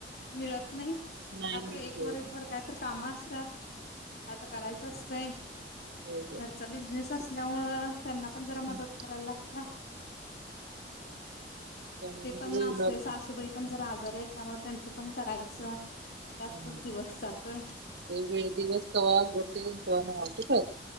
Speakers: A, on the left (about 60°); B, on the right (about 75°).
A: मिळत नाही
B: नाही
A: आता
B: मिळत
A: एक वर एक वर काय तर काम असतात काय तर करायचं असत
B: हो
A: घरचा बिझनेस असल्यामुळ त्यांना पण जरा
B: हो
A: मदत करायला लागत
B: त्यामुळे
A: ते
B: म्हणजे
A: पण न
B: वेळ
A: असत
B: मिळत
A: सासूबाई
B: नाही
A: पण जर आजार त्यामुळे त्यांचं पण करायचं त्यातच
B: हम्म
A: दिवस जातोय
B: ते वेळ दिवस तघडतेस क नवतो खर